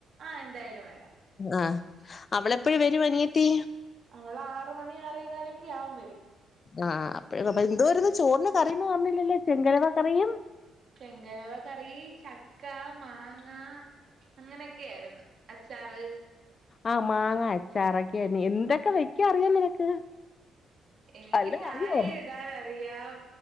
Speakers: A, on the right; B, on the left.
A: ആഹ് എന്തായാലും വരാം
B: ആഹ്. അവളെപ്പെഴ വെരും അനിയത്തി
A: അവൾ ആറ മണി ആറേകാലൊക്കെ ആകും
B: ആ് അപ്പഴ അപ്പ എന്ത വരുന്ന ചോറിന് കറീന്ന് പറഞ്ഞില്ലല്ലേ ചെങ്കരവ കറിയും
A: ചെങ്കരവ കറി ചക്ക മാങ്ങ അങ്ങനെയൊക്കെയ ആയിരുന്നു അച്ചാറ്
B: ആഹ് മാങ്ങ അച്ചാറൊക്കെ എന്തൊക്കെ വെക്ക അറിയാം നിനക്ക്
A: എനിക്ക്
B: വല്ലോം
A: ചായ
B: അറിയോ
A: ഇടാൻറിയാം